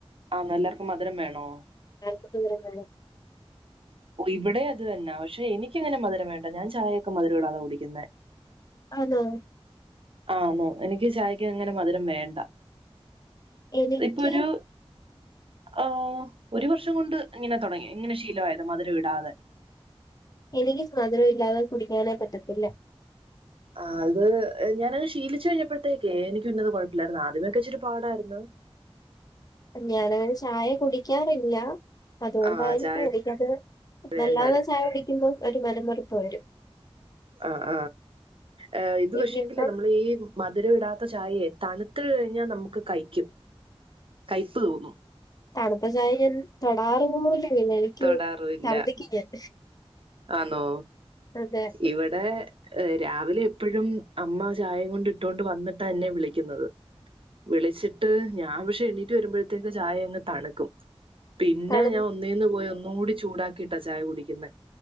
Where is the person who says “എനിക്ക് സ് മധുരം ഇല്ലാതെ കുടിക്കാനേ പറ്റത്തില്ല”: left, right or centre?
Left